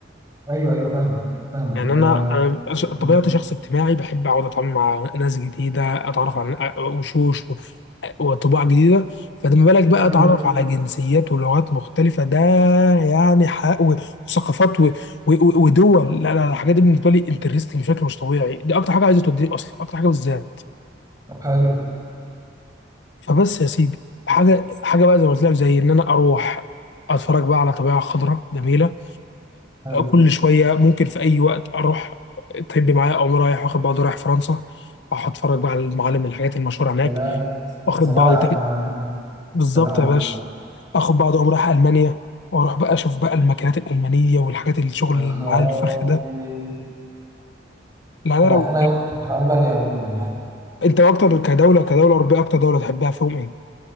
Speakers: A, on the right (about 20°); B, on the left (about 65°).
A: ايوه ايوه فاهمك فاهمك
B: يعني
A: ده
B: انا انا ش- طبيعتي
A: مم.
B: شخص اجتماعي بحب اقعد اتعامل مع ناس جديده اتعرف على وشوش و- وطباع جديده فلما بالك بقى
A: مم.
B: اتعرف على جنسيات ولغات مختلفه ده يعني حق و- وثقافات و- و- و- ودول لا لا لا، الحاجات دي بالنسبه لي انترستنج بشكل مش طبيعي دي اكتر حاجه عايزه توديني اصلا اكتر حاجه بالذات
A: طب حلو
B: فبس يا سيدي حاجه حاجه بقى زي ما قلت لك زي ان انا اروح اتفرج بقى على طبيعه خضراء جميله
A: حلو
B: كل شويه ممكن في اي وقت اروح طب معايا اقوم رايح واخد بعض رايح فرنسا اروح اتفرج بقى على المعالم الحاجات المشهوره هناك
A: سلام
B: واخد
A: سلام
B: بعض
A: على
B: تاني
A: الروقان
B: بالظبط
A: سلام على
B: يا باشا
A: الروقان
B: اخد بعض اقوم رايح المانيا واروح بقى اشوف بقى الماكينات الالمانيه والحاجات الشغل
A: يا خرابي
B: العالي الفخر ده لا لا
A: انا
B: لو
A: انا في المانيا عموما يعني
B: انت اكتر كدوله كدوله اوروبيه اكتر دوله تحبها فيهم ايه؟